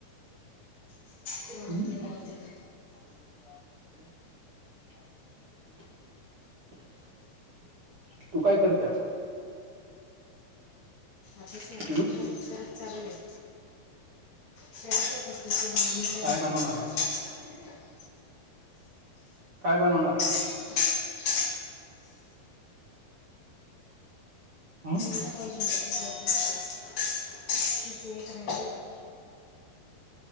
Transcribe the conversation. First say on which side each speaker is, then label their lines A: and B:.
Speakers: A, on the left; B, on the right.
A: तिला म्हटलं
B: हम्
A: लावते मी
B: <inaudible> तू काय करते आता
A: आता स्वयंपाक
B: हम्म?
A: करत करत चालु आहे करत आहे फक्त
B: काय बनवणार आज
A: <unintelligible>
B: काय बनवणार आहे
A: <inaudible>
B: हं
A: <inaudible> ते थ <inaudible>